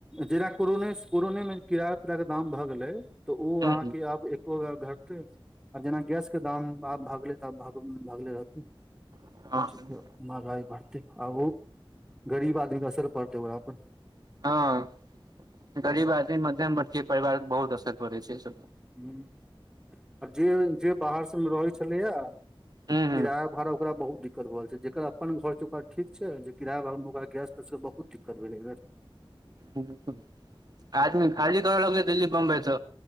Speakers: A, in the centre; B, on the right.
A: जेना कोरोने कोरोनेमे कीड़ा तड़ाके दाम भए गेलै तऽ ओ
B: हूँ
A: आहाँके आब एको बे घटते आब जेना गैस के दाम आब भागले त आब भग लागल रहतै
B: हूँ
A: ठीके। महगाई बढ़तै आ ओ गरीब आदमीके असर पड़तै ओकरा पर
B: हँ
A: पर
B: गरीब आदमी मध्यम वर्ग परिवार बहुत असर पड़ै छै। ओइसे
A: हू आ जे जे बाहर सभ रहै छलैया
B: हूँ हूँ
A: किराया भाड़ा ओकरा बहुत दिक्कत भ रहल छै जेकर अपन घर छै ओकरा ठीक छै जे किराया भ ओक गैस के बहुत दिक्कत भेलै <inaudible>
B: बु <unintelligible> आजमी खाली द रहल अय दिल्ली बम्बइ से